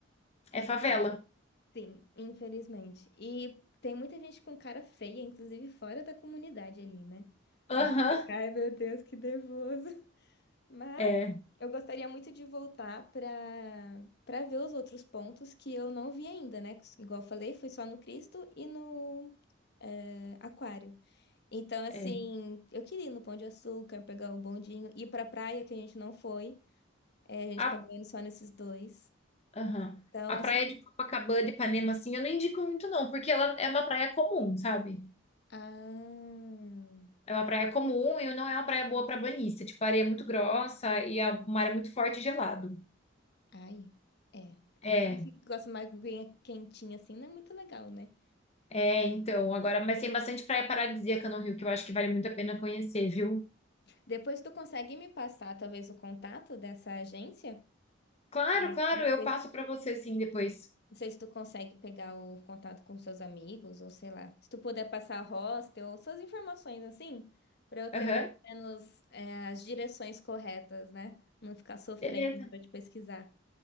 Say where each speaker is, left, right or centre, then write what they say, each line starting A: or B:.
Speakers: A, on the left (about 60°); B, on the left (about 35°).
A: É,
B: é favela.
A: sim, infelizmente. E tem muita gente com cara feia, inclusive fora da comunidade ali, né?
B: Aham,
A: Aí você fica, ai meu Deus, que nervoso. <laughs> Mas
B: é,
A: eu gostaria muito de voltar para para ver os outros pontos que eu não vi ainda, né? Igual eu falei, fui só no Cristo e no é, Aquário. Então, assim,
B: é.
A: eu queria ir no Pão de Açúcar, pegar o bondinho, ir para praia que a gente não foi. É, a gente
B: A,
A: acabou indo só nesses dois.
B: aham.
A: Então,
B: A praia
A: assim,
B: de Copacabana e Ipanema, assim, eu não indico muito não, porque ela é uma praia comum, sabe?
A: Ah,
B: É uma praia comum e não é uma praia boa para banhista. Tipo, a areia é muito grossa e a- o mar é muito forte e gelado.
A: ai, é.
B: É,
A: Aí a gente gosta mais de aguinha quentinha assim, não é muito legal, né?
B: é, então, agora, mas tem bastante praia paradisíaca no Rio que eu acho que vale muito a pena conhecer, viu?
A: Depois tu consegue me passar talvez o contato dessa agência?
B: Claro,
A: Que
B: claro,
A: não
B: eu
A: sei,
B: passo para você sim depois.
A: não sei se tu consegue pegar o contato com seus amigos ou sei lá. Se tu puder passar o hostel, suas informações assim, pra eu
B: Aham,
A: ter mais ou menos é, as direções corretas, né? Não ficar sofrendo
B: beleza.
A: na hora de pesquisar.